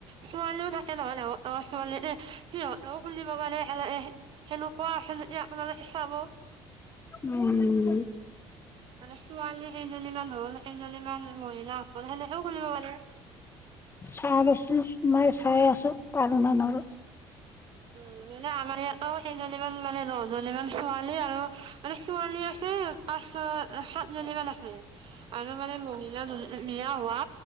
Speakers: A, on the right; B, on the left.
A: ছোৱালীও থাকে নহয় ডাঙৰ ডাঙৰ ছোৱালী দে সিহঁতেও খুলিব পাৰে এই সেনেকোৱাপালে চাব
B: উম।
A: মানে ছোৱালী কেইজনীমান হ'ল কেইজনীমান মহিলা হ'ল সেনেকেও খুলিব পাৰে।
B: চায় ৰচোন মই চাই আছোঁ পাৰো না নৰো
A: উম মানে আমাৰ ইয়াতো সেই সেনেকুৱা মানে দহজনী মান ছোৱালী আৰু মানে ছোৱালী আছে পাঁচ সাতজনী মান আছে আৰু মানে মহিলা বিয়া হোৱা